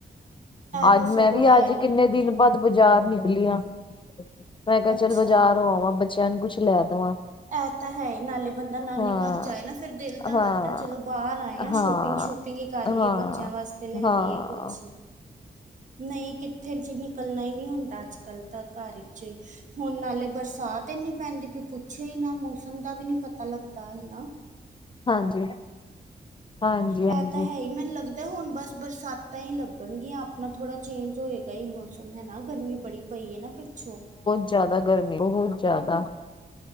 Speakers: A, on the right (about 50°); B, on the left (about 30°).
A: ਇਹ
B: ਅੱਜ
A: ਤਾਂ
B: ਮੈਂ
A: ਸਗੋਂ
B: ਵੀ
A: ਹੈ
B: ਅੱਜ
A: ਹੀ।
B: ਕਿੰਨੇ ਦਿਨ ਬਾਦ ਬਾਜ਼ਾਰ ਨਿਕਲੀ ਆ, ਮੈਂ ਕਿਆ
A: ਅੱਛਾ
B: ਚੱਲ ਬਾਜ਼ਾਰ ਹੋ ਆਵਾਂ ਬੱਚੇਆਂ ਨੂੰ ਕੁਛ ਲੈ ਦਵਾਂ।
A: ਐ ਤਾਂ ਹੈ ਈ ਨਾਲੇ ਬੰਦਾ ਨਾਨੀ
B: ਹਾਂ,
A: ਘਰ ਜਾਏ ਨਾ ਫਿਰ ਦਿਲ ਤਾਂ
B: ਹਾਂ।
A: ਕਰਦਾ ਚਲੋ ਬਾਰ ਆਏ ਆਂ
B: ਹਾਂ
A: ਸ਼ੋਪਿੰਗ-ਸ਼ੂਪਿੰਗ ਈ ਕਰ
B: ਹਾਂ
A: ਲਈਏ ਬੱਚੇਆਂ ਵਾਸ ਤੇ ਲੈ ਲੀਏ
B: ਹਾਂ
A: ਕੁਛ। ਨਈਂ ਕਿੱਥੇ ਜੀ ਨਿਕਲਨਾ ਈ ਨਈਂ ਹੁੰਦਾ ਅੱਜ-ਕੱਲ ਤਾਂ ਘਰ ਵਿੱਚੋ ਈ। ਹੁਣ ਨਾਲੇ ਬਰਸਾਤ ਏਨੀ ਪੈਂਦੀ ਪਈ ਪੁੱਛੋ ਈ ਨਾ ਮੌਸਮ ਦਾ ਵੀ ਨੀ ਪਤਾ ਲੱਗਦਾ ਹੈਨਾ।
B: ਹਾਂਜੀ, ਹਾਂਜੀ-ਹਾਂਜੀ।
A: ਇਹ ਤਾਂ ਹੈ ਹੀ ਮੈਨੂੰ ਲੱਗਦਾ ਹੁਣ ਬਸ ਬਰਸਾਤਾਂ ਈ ਲੱਗਣਗੀਆਂ ਆਪਣਾ ਥੋੜਾ ਚੇਂਜ ਹੋਏ ਗਾ ਈ ਮੌਸਮ ਹੈ ਨਾ ਗਰਮੀ ਬੜੀ ਪਈ ਏ ਨਾ ਪਿੱਛੋਂ।
B: ਜ਼ਾਦਾ ਗਰਮੀ ਬੋਹਤ ਜ਼ਾਦਾ।